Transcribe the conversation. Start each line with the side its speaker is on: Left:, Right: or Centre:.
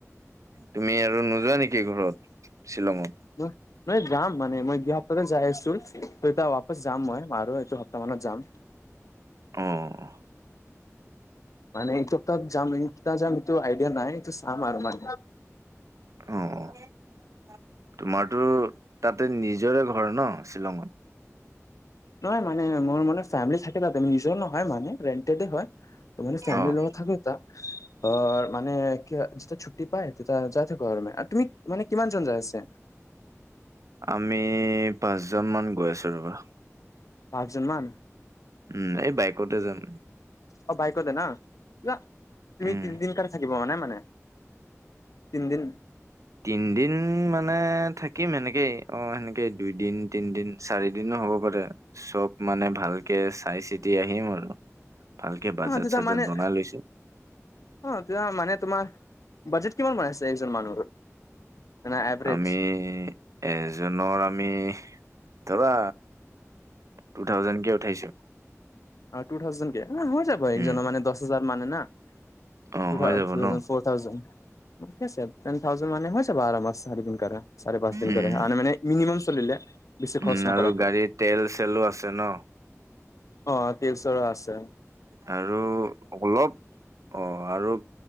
Right: তুমি আৰু নোযোৱা নেকি ঘৰত শ্বিলঙত
Left: ন, নহয় যাম মানে মই গিহাৰ তাতে যাই আছু। ত এতিয়া বাপচ যাম মই আৰু এইটো সপ্তাহ মানত যাম
Right: অহ্।
Left: মানে এইটো সপ্তাহ যাম, এ কিতা যাম এইটো আইডিয়া নাই। এইটো চাম আৰু মানে।
Right: অ তোমাৰটো তাতে নিজৰে ঘৰ ন শ্বিলঙত
Left: নহয় মানে মোৰ মানে ফেিলি থাকেমি নিজৰও নহয় মানে ৰেণ্টেড হয় তো মানে ফেমলিৰ
Right: অ'।
Left: থাকে এতিয়া। অ', মানে কি হ যেতিয়া ছুট্টি পায়, তেতিয়া যাই থাকু আৰু মানে। অ তুমি মানে কিমান জন যাই আছে
Right: আমি পাঁচ জমান গৈ আছো ৰবা
Left: পাঁচজনমান
Right: উম এই বাইকতে যাম
Left: অ', বাইকতে না, না। তুমি
Right: উম,
Left: তিনিদিন কাৰণে থাকিব মানে মানে তিনিদিন,
Right: তিনদিন মানে থাকিম সেনেকেই অ 'সেনেকেই দুইদিন -তিনদিন- চাৰি দিনো হ'ব পাৰে চব মানে ভালকে চাই চিতি আহিম আৰু। ভালকে বাজেট
Left: অ তেতিয়া
Right: চাজেট
Left: মানেহ,
Right: বনাই লৈছো।
Left: অ', তিয়া মানে তোমাৰ বাজেট কিমান বনাইচে এজন মানুহৰ? মানে এভাৰেজ
Right: আমি, এজনৰ আমিহ ধৰা টু থাউজেণ্ডকে উঠাইছো।
Left: অ, টু থাউজেণ্ডকে। ন' হৈ যাব একজনৰ
Right: উম,
Left: মানে দহ হাজাৰ। মানে না।
Right: অ',
Left: টো থাউজেণ্ড
Right: হৈ যাব
Left: - টোথাউজণ্ড,
Right: ন?
Left: ফ'ৰ থাউজেণ্ড উঠছে টেন থাউজেণ্ড মানে হৈ যাব আৰামত চাৰি দিন কাৰণে। চাৰে পাঁচ দিন
Right: উম,
Left: কাৰণে মানে মিনিমাম, চলিলে। বেছি খৰচ
Right: উম,
Left: নকৰাকে
Right: আৰু গাড়ীৰ তেল চেলো আছে ন'।
Left: অ' তেল -চেলো আছে ।
Right: আৰু অলপ অ' আৰু